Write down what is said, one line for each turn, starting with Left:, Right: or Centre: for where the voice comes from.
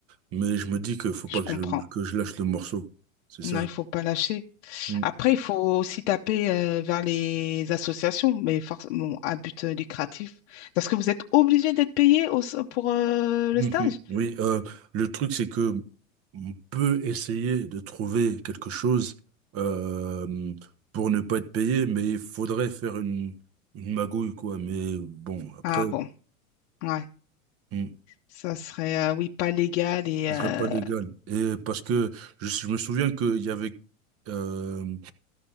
Right: mais je me dis que faut
Left: Je
Right: pas que
Left: comprends.
Right: je que je lâche le morceau. C'est ça.
Left: Non, il faut pas lâcher.
Right: Mm.
Left: Après, il faut aussi taper euh, vers les associations, mais forcément à but euh, lucratif. Parce que vous êtes obligé d'être payé au- pour euh, le
Right: Mhm.
Left: stage?
Right: Oui. euh, le truc c'est que on peut essayer de trouver quelque chose euh, pour ne pas être payé, mais il faudrait faire une une magouille quoi. Mais bon, après,
Left: Ah bon, ouais.
Right: mm,
Left: Ça serait, euh, oui, pas légal et...
Right: ce
Left: euh,
Right: serait pas légal. Et parce que je, je me souviens qu'il y avait euh,